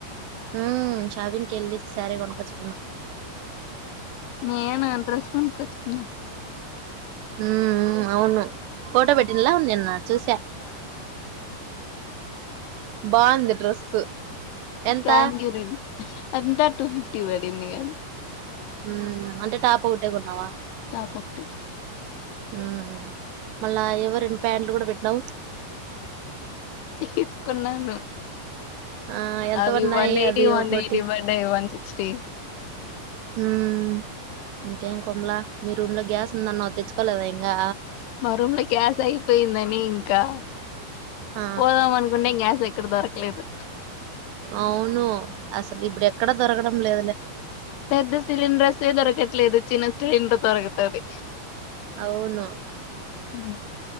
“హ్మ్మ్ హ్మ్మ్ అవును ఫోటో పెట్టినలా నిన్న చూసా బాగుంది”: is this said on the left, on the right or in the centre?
Right